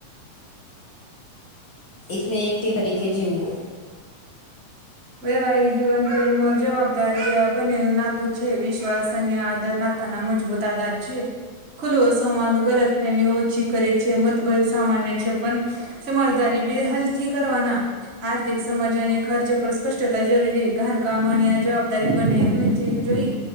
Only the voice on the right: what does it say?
વૈવાહિક જીવન તે મોર જ કાર્ય બનેલૂ નાતું છે, વિશ્વાસ અને આદર નાતા ના મજબૂત આધાર છે. ખુલ્લો સંવાદ ગલત ફેમી ઓછી કરે છે, મતભેદ સામાન્ય છે પણ સમજદારી બે હલ થી કરવાના આર્થિક સમજ અને ખર્ચ પર સ્પષ્ટતા જરૂરી ઘા કમાણી અને જવાબદારી બને વચાંયુ જોઈ